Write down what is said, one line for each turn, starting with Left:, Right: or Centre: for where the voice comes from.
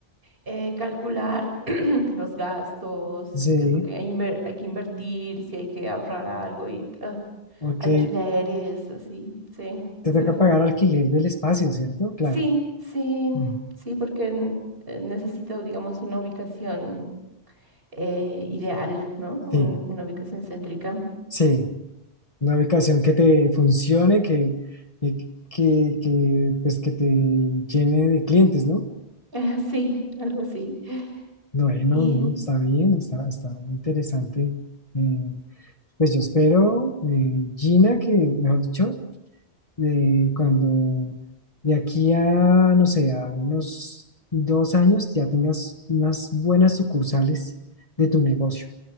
Right: eh, calcular <clears throat> los gastos,
Left: Sí,
Right: eh, qué es lo que hay, inver- hay que invertir, si hay que ahorrar algo y ah,
Left: ok.
Right: alquileres, así, sí, es
Left: Te toca
Right: gra-
Left: pagar alquiler del espacio, ¿cierto? Claro.
Right: Sí, sí,
Left: Mm.
Right: sí, porque n- eh, necesito, digamos, una ubicación eh, ideal, ¿no? Un-
Left: Sí,
Right: una ubicación céntrica.
Left: sí. Una ubicación que te funcione, que, que, que, que, pues, que te llene de clientes, ¿no?
Right: <laughs> Sí, algo así.
Left: Bueno,
Right: Y,
Left: no, está bien, está, está interesante. Eh, pues yo espero, eh, Gina, que, mejor dicho, eh, cuando de aquí a, no sé, a unos dos años ya tengas unas buenas sucursales de tu negocio.